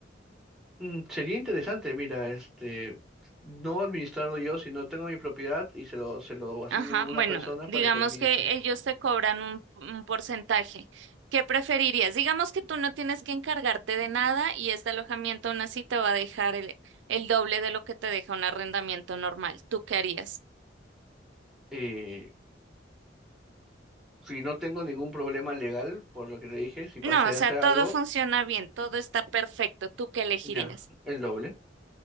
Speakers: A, in the centre; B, on the right (about 80°).
A: Mm, sería interesante, mira, este, no administrarlo yo, sino tengo mi propiedad y se lo, se lo asigno
B: Ajá,
A: a una
B: bueno,
A: persona
B: digamos
A: para que administre.
B: que ellos te cobran un, un porcentaje. ¿Qué preferirías? Digamos que tú no tienes que encargarte de nada y este alojamiento aún así te va a dejar el, el doble de lo que te deja un arrendamiento normal. ¿Tú qué harías?
A: Eh, si no tengo ningún problema legal, por lo que te dije, si pasa
B: No, o
A: y hace
B: sea, todo
A: algo,
B: funciona bien, todo está perfecto. ¿Tú qué elegirías?
A: ya, el doble,